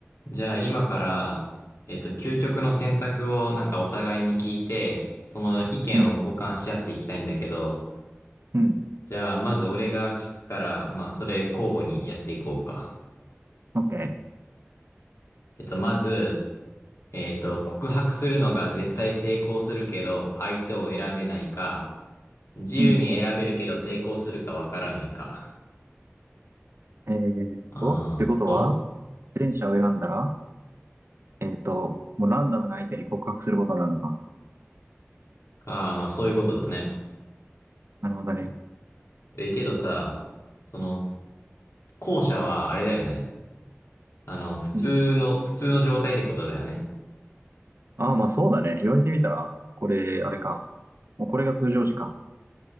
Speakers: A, on the left; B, on the right.
A: じゃあ今から、えっと、究極の選択をなんかお互いに聞いて、その意見を交換し合っていきたいんだけど、
B: うん、うん、
A: じゃあまず俺が聞くから、まあそれ交互にやっていこうか。
B: オッケー。
A: えっと、まず、えっと、告白するのが絶対成功するけど、相手を選べないか、自由に選べるけど成功するかわからないか。
B: うん。えーっと、
A: あーと、
B: ってことは、前者を選んだら、えーっと、もうランダムな相手に告白することになるのか。
A: ああ、まあそういうことだね。
B: なるほどね。
A: え、けどさ、その、後者はあれだよね。あの、普通の、
B: うん。
A: 普通の状態ってことだよね。
B: ああ、まあそうだね。言われてみたら、これ、あれか。もうこれが通常時か。